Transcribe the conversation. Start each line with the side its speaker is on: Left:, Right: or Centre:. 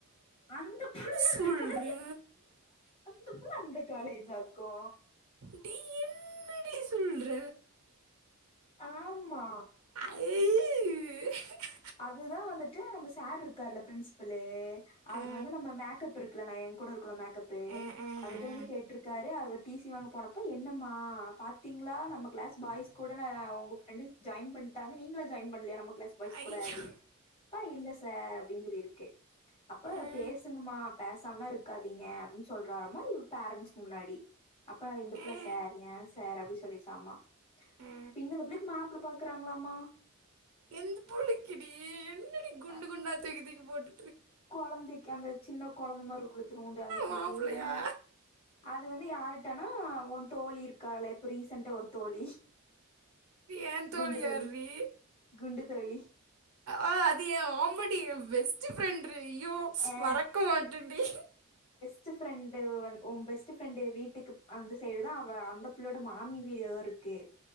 Left: அந்த புல்லருக்காடி
Right: சொல்ற
Left: அந்த புள்ள அந்த காலேஜா கோ
Right: டி என்னடி சொல்ற
Left: ஆமா
Right: அவ்
Left: அதுதா வந்துட்டு நம்ம சார்ருக்கார்ல ப்ரின்சிபல அவர்
Right: ஆ
Left: வந்து நம்ம மேக்கப் இருக் க்குல ந என் கூட இருக்குல மேக்கப்பு
Right: ஆ ஆ
Left: அதுட்ட
Right: ஆ
Left: வந்து கேட்ருக்காரு அது டிசி வாங்க போனப்போ என்னம்மா பாத்தீங்களா நம்ம கிளஸ் பாய்ஸ் கூட ந உங்க ஃப்ரென்டு ஜாயின் பண்ட்டாங்க நீங்களா ஜாயின் பண்லயா நம்ம க்ளாஸ்
Right: ஐயோ
Left: கூடாடினு அப்போ இல்ல சார் அப்டின் சொல்லிருக்கு அப்போ
Right: ஆ
Left: பேசுங்கமா பேச சாம்லா இருக்காதீங்க அப்டி சொல்றாராமா இவ பேரண்ட்ஸ் முன்னாடி அப்போ இந்த புள்ள
Right: ஆ
Left: சார் ஏன் சார் அப்டி சொல்லிச்சாமா
Right: ஆ
Left: பின்ன அந்த புள்ளைக்கு மாப்ல பாக்குறாங்களாமா
Right: எந்த புள்ளைக்குடி என்னடி குண்டு
Left: அ
Right: குண்டா தூக்கி தூக்கி போட்
Left: கொழந்தைக்கு அந்த சின்ன கொழந்த மாருக்கூல இத்னூன்டு அந்த புள்ளைக்கு
Right: மாப்பிள்ளையா
Left: ஏ அது வந்து யாருட்டனா உன் தோழி இருக்கால இப்போ ரீசன்டா ஒரு தோழி
Right: ஏன் தோழியார்ரீ
Left: குண்டு தோழி குண்டு தோழி
Right: ஆஹ் அது என் ஆமடி என் பெஸ்ட்டு ப்ரெண்டு ஐயோ
Left: ஆ
Right: மறக்க மாட்டன்டி
Left: பெஸ்ட்டு ஃப்ரெண்டு வந் உன் பெஸ்ட்டு ஃப்ரெண்டு வீட்டுக்கு அந்த சைடு தா அவ அந்த புள்ளையோட மாமி வீடெதோ இருக் க்கு